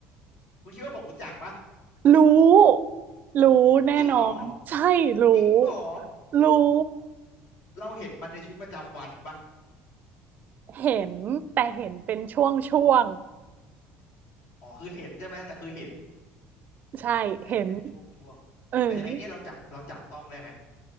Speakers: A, on the left; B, on the right.
A: คุณคิดว่าผมรู้จักปะ
B: รู้รู้แน่นอนใช่รู้
A: จริ้งเหรอจริ้งเหรอ
B: รู้
A: เราเห็นมันในชีวิตประจำวันปะ
B: เห็นแต่เห็นเป็นช่วงช่วง
A: อ๋อคือเห็นใช่ไหมแต่คือเห็น
B: ใช่เห็น
A: เห็นเป็นช่วงช่วง
B: เออ
A: ไอ้ไอ้เนี้ยเราจับเราจับต้องได้ไหม